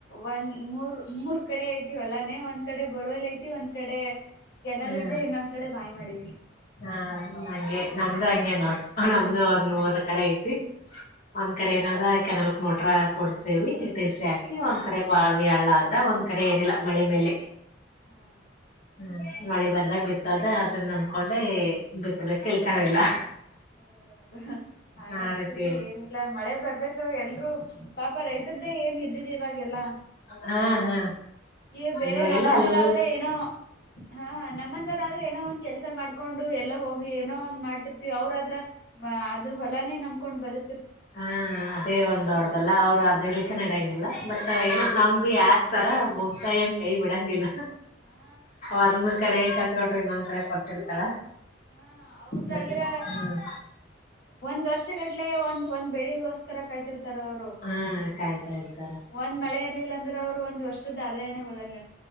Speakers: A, on the left; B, on the left.
A: ಒಂದ ಮೂರ್ ಮೂರ್ ಕಡೆ ಐತಿ ಹೊಲಾ ಮನೆ ಒಂದ್ ಕಡೆ ಬೋರ್ವೆಲ್ ಐತಿ ಒಂದ್ ಕಡೆ ಕೆನಲ್
B: ಹ್ಮ್
A: ಇದೆ ಇನ್ನೊಂದ್ ಕಡೆ ಬಾವಿ ಮಾಡೀವಿ.
B: ಹಾ ನಂಗೆ ನಮ್ದ ಹಂಗೆ ನೋಡ್ ನಮ್ದು ಒಂದ್ ಮೂರ್ ಕಡೆ ಐತಿ ಒಂದ್ ಕಡೆ ಏನಾದ ಕೆನಲ್ಕ್ ಮೋಟ್ರ ಕೊಡ್ತೇವಿ ಟಿಸಿ ಹಾಕಿ ಒಂದ್ ಕಡೆ ಬಾ ಹಳ್ಳ ಅಂದ ಒಂದ್ ಕಡೆ ಏನಿಲ್ಲ ಮಳೆ ಮೇಲೆ.
A: ಹ್ಮ್.
B: ಹ್ಮ್ ಮಳೆ ಬಂದಾಗ ಬಿತ್ತದ ಅದನ್ನ ನಂದಕೊಂಡೆ ಬಿತ್ತಬೇಕ್ ಇಲ್ಕರ್ ಇಲ್ಲ.
A: ಹೌದ. ಹೌದು ಹಾಗೆ
B: ಆ
A: ಆಗ್ತಿದೆ
B: ರೀತಿ
A: ಏನಿಲ್ಲ ಮಳೆ ಬರ್ಬೇಕು ಎಲ್ರು ಪಾಪ ರೈತರ್ದೇ ಏನ್ ಇದ್ <unintelligible> ಇವಾಗೆಲ್ಲ.
B: ಹಾ ಹಾ.
A: ಇ ಬೇರೆ
B: ಇವಾಗೆಲ್ಲ
A: ನಮ್ಮಂತರ
B: ಎಲ್
A: ಆದ್ರ ಏನೋ ಹಾ ನಮ್ಮಂತರ ಆದ್ರ ಏನೋ ಒಂದ್ ಕೆಲ್ ಸ ಮಾಡ್ಕೊಂಡು ಎಲ್ಲೋ ಹೋಗಿ ಏನೋ ಒಂದ್ ಮಾಡ್ತಿರ್ತಿವಿ ಅವ್ರದ್ರ ಅದು ಹೊಲಾನೇ ನಂಬ್ಕೊಂಡ್ ಬದು
B: ಹಾ ಅದೇ ಒಂದೊಡ್ದಲ್ಲ ಅವ್ರು ಅದ ಇರ್ಲಿಕ್ಕೆ ನಡಂಗ ಲ್ಲ ಬಟ್
A: ನಡೆಂಗಿಲ್ಲ
B: ಏನೋ ನಮ್ ಆ ತರ ಭೂಮಿ ತಾಯ್ ಏನ್ ಕೈ ಬಿಡಂಗಿಲ್ಲ.
A: ಹಾ
B: ಒಂದ್ ಕಡೆ ಕಸ್ಕೊಂಡ್ರೆ ಇನ್ನೊಂದ್ ಕಡೆ ಕೊಟ್ಟಿರ್ತಾಳ.
A: ಹಾ ಅವ್ರದಾದ್ರ
B: ಬಟ್ ಹ್ಮ
A: ಒಂದ್ ವರ್ಷಗಡ್ಲೆ ಒಂದ್ ಒಂದ್ ಬೆಳಿಗೋಸ್ಕರ ಕಾಯ್ತಿರ್ತಾರ ಅವರು
B: ಹಾ ಕಾಯ್ತಾ ಇರ್ತಾರ
A: ಒಂದ್ ಮಳೆ ಇರ್ಲಿಲ್ಲ ಅಂದ್ರೆ ಅವ್ರು ಒಂದ್ ವರ್ಷದ ಆದಾಯನೇ ಹೋದಂಗ.